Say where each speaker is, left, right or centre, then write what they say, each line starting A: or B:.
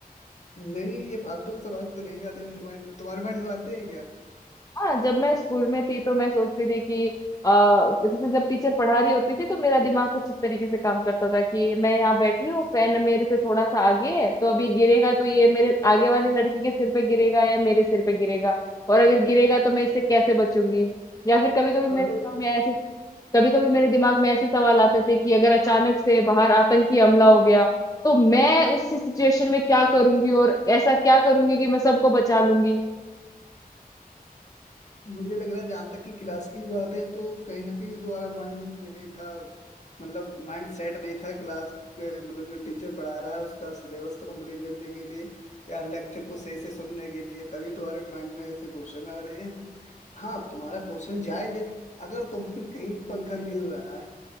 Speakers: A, on the left; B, on the left.
A: नहीं ये फालतू के सवाल तो नहीं आते मेरे माइंड में तुम्हारे माइंड में आते हैं क्या
B: हाँ जब मैं स्कूल में थी तो मैं सोचती थी कि आ, जैसे जब टीचर पढ़ा रही होती थी तो मेरा दिमाग कुछ इस तरीके से काम करता था कि मैं यहाँ बैठी हूँ फैन मेरे से थोड़ा सा आगे है तो अभी गिरेगा तो ये मेरे आगे वाली लड़की के सिर पे गिरेगा या मेरे सिर पे गिरेगा और अगर गिरेगा तो मैं इससे कैसे बचूंगी या फिर कभी कभी मेरे
A: मतलब
B: दिमाग में ऐसे कभी कभी मेरे दिमाग में ऐसे सवाल आते थे कि अगर अचानक से बाहर आतंकी हमला हो गया तो मैं उस सिचुएशन में क्या करूंगी और ऐसा क्या करूंगी कि मैं सबको बचा लूंगी
A: मुझे लग रहा है जहां तक कि क्लास की बात है तो कहीं ना कहीं तुम्हारा माइंड नहीं था मतलब माइंड सेट नहीं था क्लास के मतलब जो टीचर पढ़ा रहा है उसका सिलेबस कंप्लीट करने के लिए या लेक्चर को सही से सुनने के लिए तभी तुम्हारे माइंड में ऐसे क्वेश्चन आ रहे हैं हाँ तुम्हारा क्वेश्चन जायज है अगर तुम <laughs> कहीं पंखा गिर रहा है